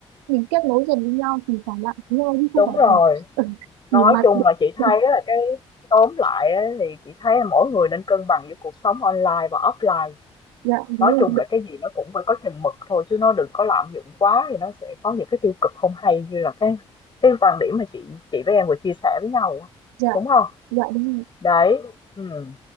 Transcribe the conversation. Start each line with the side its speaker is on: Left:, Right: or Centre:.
Right: mình kết nối dần với nhau thì phải lại với nhau chứ không
Left: Đúng
Right: phải
Left: rồi,
Right: là ừ,
Left: nói
Right: nhìn mặt
Left: chung
Right: <laughs>
Left: là chị thấy là cái tóm lại á thì chị thấy là mỗi người nên cân bằng giữa cuộc sống online và offline.
Right: dạ
Left: Nói
Right: đúng rồi
Left: chung là cái gì nó cũng phải có chừng mực thôi chứ nó đừng có lạm dụng quá thì nó sẽ có những cái tiêu cực không hay như là cái cái quan điểm mà chị chị với em vừa chia sẻ với nhau á,
Right: dạ
Left: đúng không?
Right: dạ đúng rồi
Left: Đấy, ừm.